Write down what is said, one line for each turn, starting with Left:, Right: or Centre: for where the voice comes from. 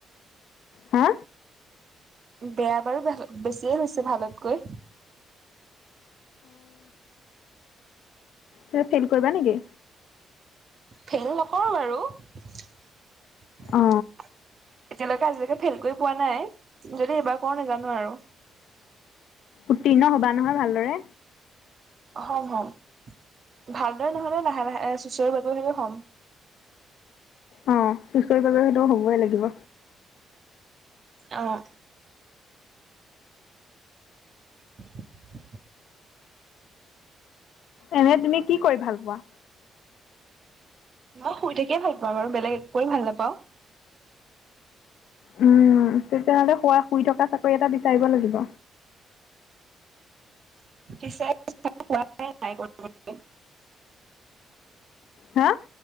Left: হা।
Right: বেয়া বাৰু বেছিয়ে হৈছে ভালতকৈ।
Left: ত ফেল কৰিবা নেকি।
Right: ফেইল নকৰোঁ বাৰু। এতিয়ালৈকে
Left: অ
Right: আজিলৈকে ফেইল কৰি পোৱা নাই যদি এইবাৰ কৰো নেজানো আৰু।
Left: উত্তীৰ্ণ হবা নহয় ভালদৰে।
Right: হম হম ভালদৰে নহলে লাহে লাহে চুচৰি বাগৰি হলেও হম।
Left: অ চুচৰি বাগৰি সলেও হব লাগিব।
Right: অঁ। <unintelligible>
Left: এনে তুমি কি কৰি ভাল পোৱা।
Right: ম শুই থাকিয়ে ভাল পাওঁ বাৰু বেলেগ একোৱেই কৰি ভাল নাপাওঁ।
Left: উম তেতিয়নেহ'লে শোৱা শুই থকা চাকৰি এটা বিচাৰিব লাগিব।
Right: <unintelligible>
Left: হা।